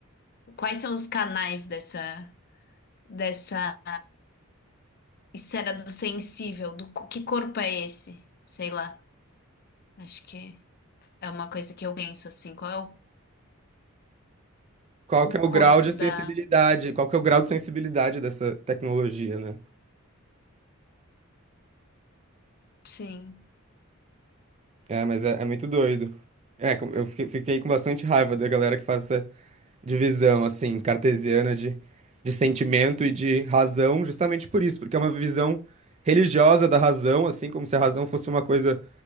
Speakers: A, on the left; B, on the right.
A: quais são os canais dessa dessa esfera do sensível, do co- que corpo é esse? Sei lá. Acho que é uma coisa que eu penso assim, qual é o
B: Qual
A: o
B: que é o
A: corpo
B: grau de sensibilidade?
A: da
B: Qual que é o grau de sensibilidade dessa tecnologia, né?
A: Sim,
B: É, mas é, é muito doido. É, com- eu fiquei, fiquei com bastante raiva da galera que faz essa divisão, assim, cartesiana de, de sentimento e de razão, justamente por isso, porque é uma visão religiosa da razão, assim, como se a razão fosse uma coisa